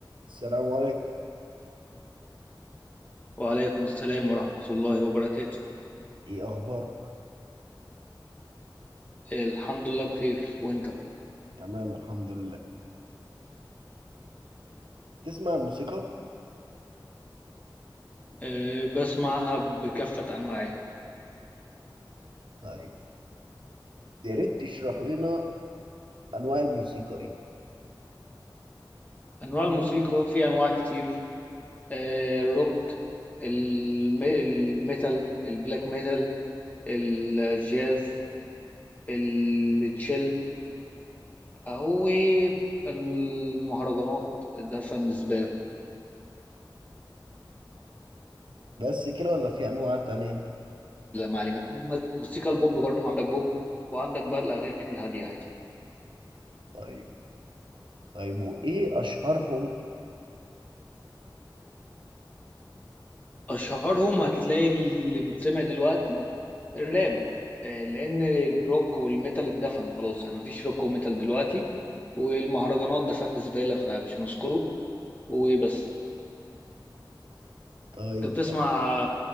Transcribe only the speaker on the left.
وعليكم السلام ورحمة الله وبركاته
إيه، الحمد لله بخير وانت
أه بسمعها بكافة أنواعها
أنواع الموسيقى في أنواع كتير أه الروك الم- الميتال البلاك ميتال الجاز التشيل أو المهرجانات ده فن بالنسبة
لي ما علينا موسيقى البوب برضو عندك بوب وعندك بقى الأغاني الهادية عادي
أشهرهم هتلاقي اللي بيتسمع دلوقتي الراب آه، لان الروك والميتال اتدفن خلاص يعني مفيش روك وميتال دلوقتي والمهرجانات ده فن زبالة فمش هنذكره وبس
انت بتسمع